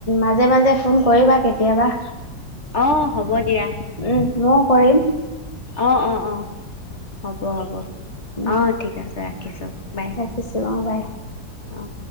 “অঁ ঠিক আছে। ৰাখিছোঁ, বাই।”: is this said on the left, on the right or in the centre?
Left